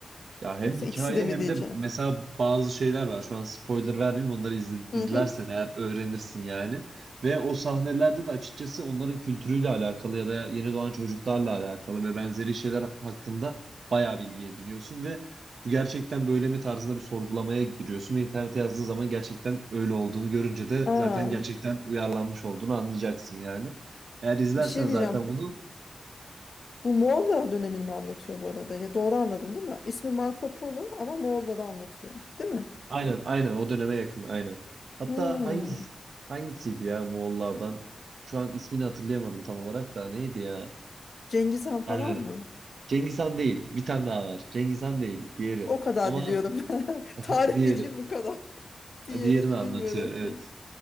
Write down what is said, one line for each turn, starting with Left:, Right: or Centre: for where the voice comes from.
Right: Ya hem
Left: Yoksa
Right: hikaye
Left: ikisi de mi
Right: hem
Left: diyeceğim?
Right: de mesela bazı şeyler var. Şu an spoiler vermeyeyim. Onları izle- izlersen
Left: Hı hı.
Right: eğer öğrenirsin yani. Ve o sahnelerde de açıkçası onların kültürüyle alakalı ya da yeni doğan çocuklarla alakalı ve benzeri şeyler hakkında bayağı bilgi ediniyorsun ve bu gerçekten böyle mi tarzında bir sorgulamaya giriyorsun ve internete yazdığın zaman gerçekten öyle olduğunu görünce de
Left: Aa,
Right: zaten gerçekten uyarlanmış olduğunu anlayacaksın yani. Eğer izlersen
Left: bir şey
Right: zaten
Left: diyeceğim.
Right: bunu
Left: Bu Moğollar dönemini mi anlatıyor bu arada? Ya doğru anladım değil mi? İsmi Marco Polo ama Moğolları anlatıyor. Değil mi?
Right: Aynen aynen o döneme yakın aynen. Hatta
Left: Hmm.
Right: hangisi hangisiydi ya Moğollardan? Şu an ismini hatırlayamadım tam olarak da neydi ya?
Left: Cengiz Han falan
Right: Ermeni.
Left: mı?
Right: Cengiz Han değil. Bir tane daha var. Cengiz Han değil. Diğeri.
Left: O kadar
Right: Ama
Left: biliyorum.
Right: <laughs>
Left: <laughs> Tarih
Right: diğeri.
Left: bilgim bu kadar. <laughs> Diğeri
Right: Diğerini anlatıyor
Left: bilmiyorum
Right: evet.
Left: ki.